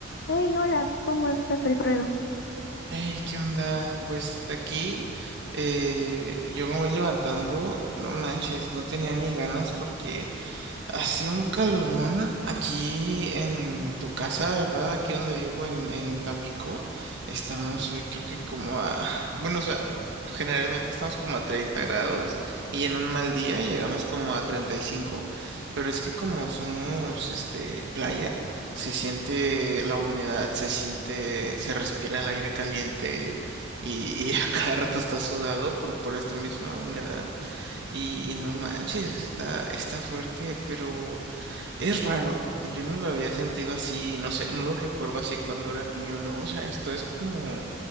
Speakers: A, on the left (about 60°); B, on the right (about 60°).
A: Hey, hola, ¿cómo estás, Alfredo?
B: Hey, ¿qué onda? Pues aquí eh, yo me voy levantando, no manches, no tenía ni ganas porque Hace un calorón aquí en tu casa, ¿verdad? Aquí donde vivo en, en Tampico. Estamos hoy creo que como a... Bueno, o sea, generalmente estamos como a 30 grados y en un mal día llegamos como a 35. Pero es que como somos, este, playa, se siente la humedad, se siente, se respira el aire caliente y, y <laughs> a cada rato está sudado por, por esta misma humedad. Y, y no manches, está, está fuerte, pero es raro porque yo no lo había sentido así, no sé, no lo recuerdo así cuando era niño, no, o sea, esto es como,